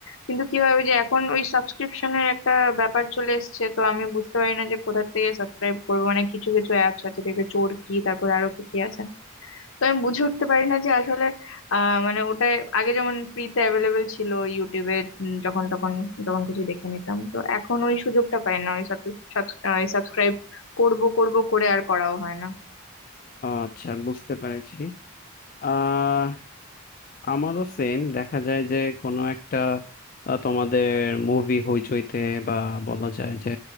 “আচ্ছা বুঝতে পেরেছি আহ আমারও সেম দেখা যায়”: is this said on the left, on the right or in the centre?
Left